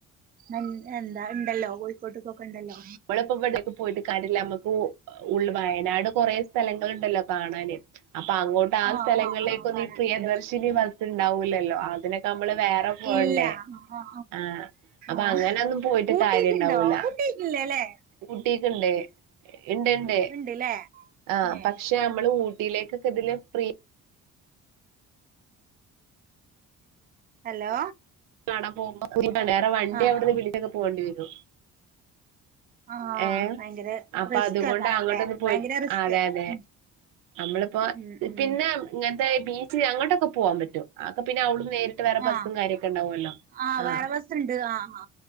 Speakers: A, on the right; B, on the right.
A: എൻ എന്താ ണ്ടല്ലോ കോഴിക്കോട്ടക്കൊക്കെ ഉണ്ടല്ലോ.
B: നമ്മളിപ്പോ ഇവിടൊക്കെ പോയിട്ട് കാര്യില്ല നമുക്ക് ഉൾ വയനാട് കൊറേ സ്ഥലങ്ങള്ണ്ടല്ലോ കാണാന്. അപ്പൊ അങ്ങോട്ട്. താ
A: ആ
B: സ്ഥലങ്ങളിലേക്കൊന്നും
A: ആ ആ കാണാനുണ്ട്
B: ഈ പ്രിയദർശിനി ബസ് ഉണ്ടാവൂലല്ലോ അതിനൊക്കെ നമ്മള് വേറെ പോണ്ടേ?
A: ഇല്ല ആ ആ
B: ആഹ് അപ്പൊ
A: ആഹ്
B: അങ്ങനൊന്നും പോയിട്ട്
A: ഊട്ടിക്കുണ്ടോ
B: കാര്യണ്ടാവൂല
A: ഊട്ടിക്കില്ലേല്ലേ.
B: ഊട്ടിക്ക്ണ്ട് ഇണ്ട്ണ്ട്
A: ഉണ്ട്ല്ലേ
B: ആ
A: ഏ
B: പക്ഷെ അ. മ്മൾ ഊട്ടിലേക്കൊക്കെ ഇതില് ഫ്രീ.
A: ഹലോ.
B: കാണാൻ പോവുമ്പോ വേറെ വണ്ടി
A: ആ
B: അവിടുന്ന് വിളിച്ചാക്കെ പോവേണ്ടി വരും.
A: ആ
B: ഏഹ്
A: ഭയങ്കര
B: അപ്പൊ
A: റിസ്ക്
B: അതുകൊണ്ട്
A: ആക്കാരല്ലേ
B: അങ്ങോട്ടൊന്ന് പോയി
A: ഭയങ്കര റിസ്ക്
B: അതെ
A: ആക്കാരം
B: അതെ. നമ്മളിപ്പോ
A: ഉം ഉം ഉം
B: പിന്നെ ഇങ്ങൻത്തെ ബീച്ച് അങ്ങോട്ടൊക്കെ പോവാൻ പറ്റും അഒക്കെ പിന്നെ അവിടുന്ന് നേരി. ട്ട് വേറെ ബസ്സും
A: ആ
B: കാര്യൊക്കെണ്ടാവുല്ലോ.
A: ആ
B: ആഹ്
A: വേറെ ബസ്ണ്ട് ആ ആ